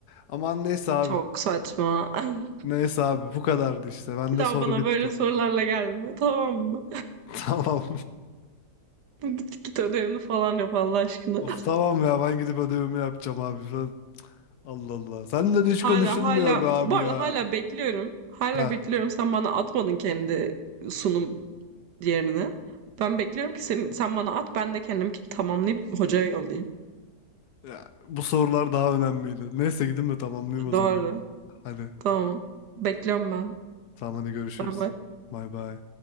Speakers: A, on the left; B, on the right.
A: Aman neyse abi.
B: Çok saçma. Ay,
A: Neyse abi bu kadardı işte. Bende
B: bir daha
A: soru
B: bana
A: bitti.
B: böyle sorularla gelme. Tamam mı?
A: <laughs> Tamam.
B: Bu git git ödevini falan yap Allah aşkına.
A: Of
B: <laughs>
A: tamam ya ben gidip ödevimi yapacağım abi. Ben- Allah Allah. Seninle de hiç
B: Hala
A: konuşulmuyor
B: hala
A: be abi
B: bu arada
A: ya.
B: hala bekliyorum. Hala
A: Ha.
B: bekliyorum. Sen bana atmadın kendi sunum diğerini. Ben bekliyorum ki senin, sen bana at ben de kendimki tamamlayıp hocaya yollayayım.
A: Ya, bu sorular daha önemliydi. Neyse gidin de tamamlayayım o
B: Doğru.
A: zaman. Hadi.
B: Tamam. Bekliyorum ben.
A: Tamam hadi görüşürüz.
B: Bay bay.
A: Bay bay.